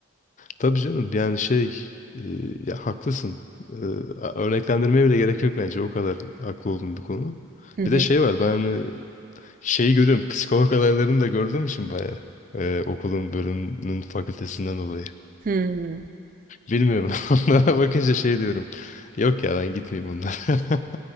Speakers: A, on the left; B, on the right.
A: Tabii canım yani şey e, ya haklısın. E, a- örneklendirmeye bile gerek yok bence. O kadar haklı olduğum bir konu.
B: Hı hı.
A: Bir de şey var ben e, Şeyi görüyorum. Psikolog adaylarını da gördüğüm için bayağı. Ee, okulun bölümünün fakültesinden dolayı.
B: Hımm.
A: Bilmiyorum. <laughs> Onlara bakınca şey diyorum. Yok ya ben gitmeyeyim bunlara. <laughs>